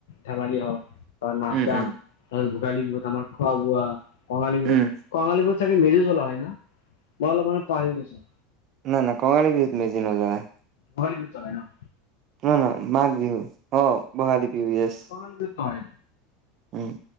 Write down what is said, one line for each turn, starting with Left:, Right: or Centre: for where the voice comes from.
Left: ধেমালি হওঁক, বা নাচ
Right: উম
Left: -গান,
Right: উম
Left: ধৰ ভোগালী বিহুত আমাৰ খোৱা বোৱা, কঙালী বিহুত,
Right: উম
Left: কঙালী বিহুত চাগে, মেজি জ্বলোৱা হয় ন'? মই অলপ মানে পাহৰি গৈছোঁ।
Right: নাই, নাই! কঙালী বিহুত মেজি নজ্বলাই।
Left: ভোগালী বিহুত জ্বলাই ন'?
Right: নহয় নহয়, মাঘ বিহুত, অ'! ভোগালী বিহু ইয়েচ।
Left: কঙালী বিহুত হয়
Right: উম!